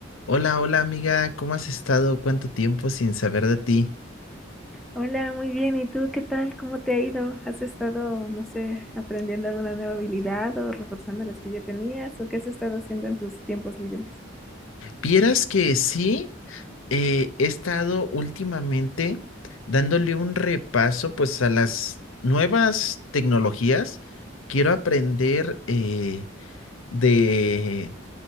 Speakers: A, on the left (about 85°); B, in the centre.
A: Hola, hola amiga, ¿cómo has estado? ¿Cuánto tiempo sin saber de ti?
B: Hola, muy bien. ¿Y tú qué tal? ¿Cómo te ha ido? ¿Has estado, no sé, aprendiendo alguna nueva habilidad o reforzando las que ya tenías? ¿O qué has estado haciendo en tus tiempos libres?
A: Vieras que sí, eh, he estado últimamente dándole un repaso pues a las nuevas tecnologías. Quiero aprender eh, de